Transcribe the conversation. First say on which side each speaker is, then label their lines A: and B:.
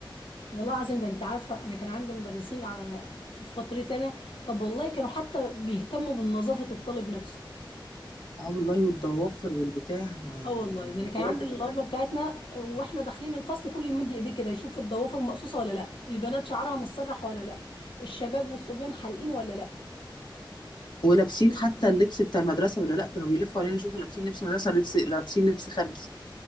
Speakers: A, on the left; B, on the left.
A: والله العظيم ده انت عارفة انا كان عندي مدرسين على في فترتي انا طب والله كانوا حتى بيهتموا بنظافة الطالب نفسه
B: اه والله والضوافر والبتاع آه،
A: اه
B: يعني
A: والله ده انا كان
B: هو
A: عندي
B: كده
A: الابله
B: فعلا
A: بتاعتنا واحنا داخلين الفصل كل يمد ايديه كده يشوف الضوافر مقصوصه ولا لا البنات شعرها متسرح ولا لا الشباب والصبيان حالقين ولا لا
B: ولابسين حتى اللبس بتاع المدرسة ولا لا كانوا بيلفوا علينا يشوفوا لابسين لبس مدرسة ولا لبس لابسين لبس خارجي